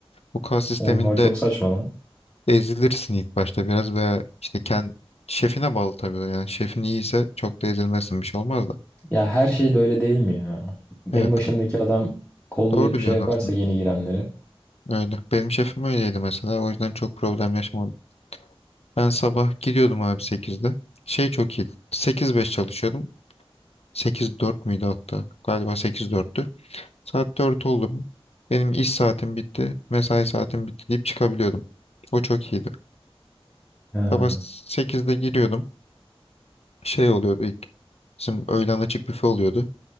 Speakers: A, on the left; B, on the left.
A: Bu kas sisteminde
B: Oha çok saçma lan.
A: Ezilirsin ilk başta biraz veya işte kendi şefine bağlı tabii. o Yani şefin iyiyse çok da ezilmezsin bir şey olmaz da.
B: Ya her şey de öyle değil mi ya?
A: Evet.
B: En başındaki
A: tabii.
B: adam kollayıp
A: Doğru
B: şey
A: diyorsun
B: yaparsa
A: aslında.
B: yeni girenleri.
A: Öyle. Benim şefim öyleydi mesela. O yüzden çok problem yaşamadım. Ben sabah gidiyordum abi sekizde. Şey çok iyiydi. Sekiz beş çalışıyordum. Sekiz dört müydü hatta? Galiba sekiz dörttü. Saat 4 oldu mu? Benim iş saatim bitti. Mesai saatim bitti deyip çıkabiliyordum. O çok iyiydi.
B: Ha.
A: Sabah sekizde giriyordum. Şey oluyordu ilk. Bizim öğlen açık büfe oluyordu.